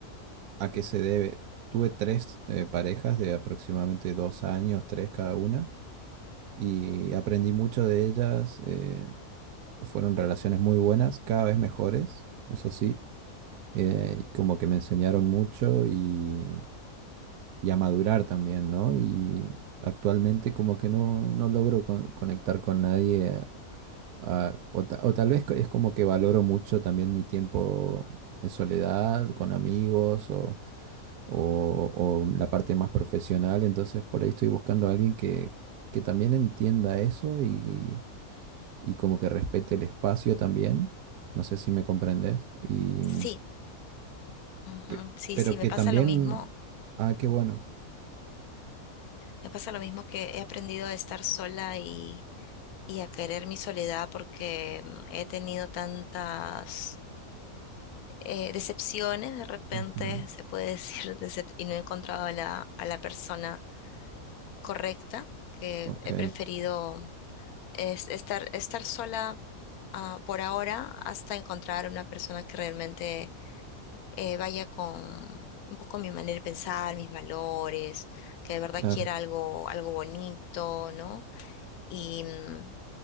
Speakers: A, on the right; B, on the left.
A: a qué se debe. Tuve tres eh, parejas de aproximadamente dos años, tres cada una, y aprendí mucho de ellas, eh, fueron relaciones muy buenas, cada vez mejores, eso sí eh, y como que me enseñaron mucho y, y a madurar también, ¿no? Y actualmente como que no, no logro con- conectar con nadie, ah, o, ta- o tal vez es como que valoro mucho también mi tiempo en soledad, con amigos o, o- o la parte más profesional, entonces por ahí estoy buscando a alguien que, que también entienda eso y, y como que respete el espacio también. No sé si me comprendes. y
B: Sí, ujú,
A: Pe-
B: Sí,
A: Pero
B: sí, me
A: que
B: pasa
A: también...
B: lo mismo.
A: Ah, qué bueno.
B: Me pasa lo mismo que he aprendido a estar sola y, y a querer mi soledad porque mm, he tenido tantas eh, decepciones, de repente
A: Ujú,
B: se puede <laughs> decir, decep- y no he encontrado a la, a la persona correcta que
A: Ok,
B: he preferido. Es estar, estar sola ah, por ahora hasta encontrar una persona que realmente eh, vaya con un poco mi manera de pensar, mis valores, que de verdad
A: claro.
B: quiera algo, algo bonito, ¿no? Y mm,